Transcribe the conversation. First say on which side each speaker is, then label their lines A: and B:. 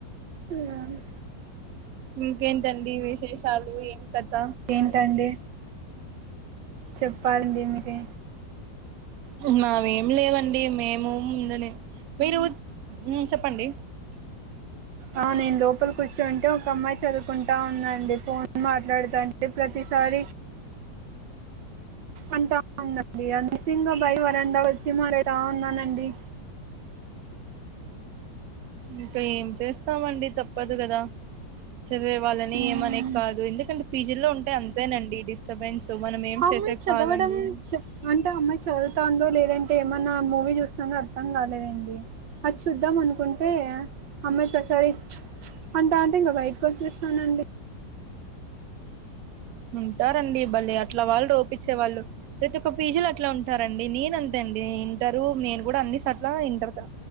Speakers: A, on the right (about 80°); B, on the right (about 65°).
A: రాను
B: ఇంకేంటండి విశేషాలు ఏం కథ
A: ఏంటండి? చెప్పాలండి మీరే.
B: మావేమి లేవండి. మేము ఉందని మీరూ, ఊ చెప్పండి.
A: ఆ నేను లోపలి కూర్చుంటే, ఒక అమ్మాయి చదువుకుంటా ఉందండి. ఫోన్ మాట్లాడుతాంటె ప్రతిసారి అంతా ఉందండి అనేసి, ఇంగ డైవరండ వచ్చి మరి రా అన్నానండి.
B: ఇంక ఏం చేస్తామండి తప్పదు గదా? చదివే వాళ్ళని
A: ఆ
B: ఏమనేద్ కాదు. ఎందుకంటే, పీజీల్లో ఉంటే అంతేనండి. డిస్ స్టబెన్స్ మనం ఏం
A: అమ్మాయి
B: చేసేది
A: చదవడం
B: కాదండి.
A: చ అంటే అమ్మాయి చదువుతాందో, లేదంటే ఏమన్నా మూవీ జూస్తాందో, అర్థం గాలేదండి. అది చూద్దాం అనుకుంటే అమ్మాయి ప్రతి సారీ ప్చ్ ప్చ్ అంటా ఉంటే, ఇంగ బయటికొచ్చేస్తానండి.
B: ఉంటారండి భలే! అట్లా వాళ్ళు ఒప్పిచ్చే వాళ్ళు ప్రతి ఒక పీజీలో అట్లా ఉంటారండి. నేను అంతే అండి. ఇంటరూ నేను గూడా అన్నిసాట్ల ఇంటరు క